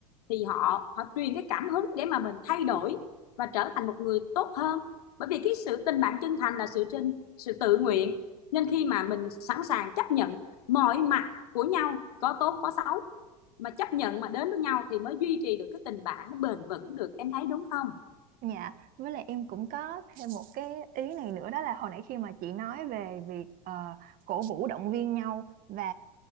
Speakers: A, on the left; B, on the right.
A: thì họ họ truyền cái cảm hứng để mà mình thay đổi và trở thành một người tốt hơn bởi vì cái sự tình bạn chân thành là sự sự tự nguyện nên khi mà mình sẵn sàng chấp nhận mọi mặt của nhau có tốt có xấu mà chấp nhận mà đến với nhau thì mới duy trì được cái tình bạn nó bền vững được em thấy đúng không
B: Dạ, với lại em cũng có thêm một cái ý này nữa đó là hồi nãy khi mà chị nói về việc ờ, cổ vũ động viên nhau và